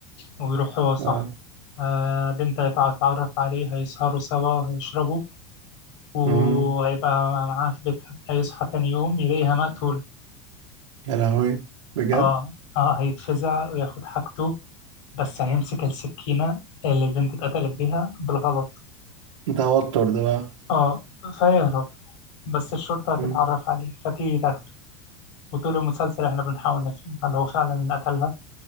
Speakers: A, on the left; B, on the right.
A: ويروح هو صاحبه
B: اه
A: آه بنت هيتعرف عليه هيسهروا سوا وهيشربوا وهيبقى
B: امم
A: معاها في بيتها هيصحى تاني يوم يلاقيها مقتولة
B: يا لهوي بجد
A: اه اه هيتفزع وياخد حاجته بس هيمسك السكينة اللي البنت اتقتلت بيها بالغلط
B: توتر ده بقى
A: اه فيهرب بس الشرطة هتتعرف
B: مم.
A: عليه فتيجي تاخده وطول المسلسل احنا بنحاول نفهم هل هو فعلا اللي قتلها